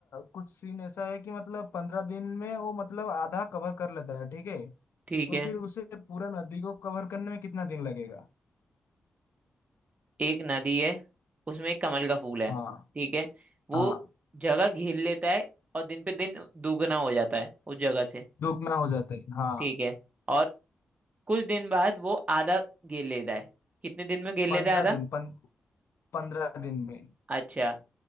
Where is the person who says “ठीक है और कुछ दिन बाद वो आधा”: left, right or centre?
Right